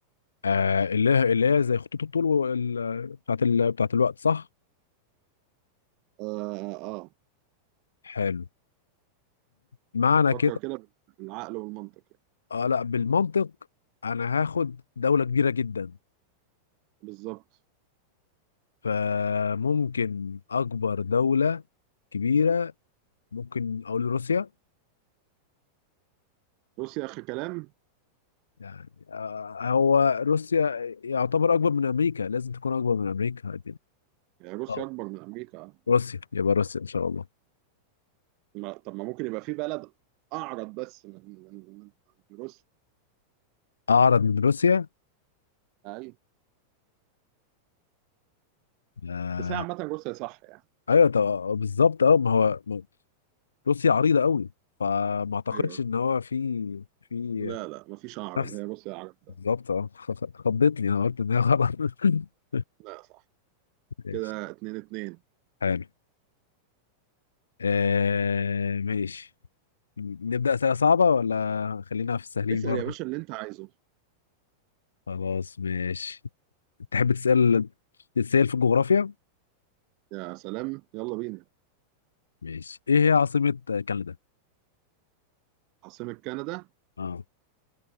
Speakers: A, on the left (about 70°); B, on the right (about 40°).
A: آه اللي هي اللي هي زي خطوط الطول وال... بتاعت ال... بتاعت الوقت صح؟
B: اه اه
A: حلو معنى
B: فكر
A: كده
B: كده بالعقل والمنطق يعني
A: اه لا بالمنطق انا هاخد دولة كبيرة جدا
B: بالظبط
A: فممكن اكبر دولة كبيرة ممكن اقول روسيا
B: روسيا اخر كلام
A: يعني آه هو روسيا يعتبر اكبر من امريكا لازم تكون اكبر من امريكا
B: يعني روسيا
A: آه،
B: اكبر من امريكا
A: روسيا يبقى روسيا ان شاء الله
B: ما طب ما ممكن يبقى في بلد اعرض بس من من من من روسيا
A: اعرض من روسيا
B: ايوه
A: آه،
B: بس هي عامة روسيا صح يعني
A: ايوه طب بالظبط اه ما هو ما- روسيا عريضه قوي فما اعتقدش
B: ايوه
A: ان هو في في
B: لا لا مفيش اعرض
A: نفس
B: هي روسيا اعرض ده
A: بالظبط اه <laughs> خضتني انا قلت ان هي غلط <laughs>
B: لا صح
A: ماشي
B: كده اتنين اتنين
A: حلو آه ماشي نبدا اسئله صعبه ولا خلينا في السهلين
B: اسأل
A: برضه
B: يا باشا اللي انت عايزه
A: خلاص ماشي تحب تسال تسال في الجغرافيا
B: يا سلام يلا بينا
A: ماشي ايه هي عاصمه كندا
B: عاصمة كندا
A: اه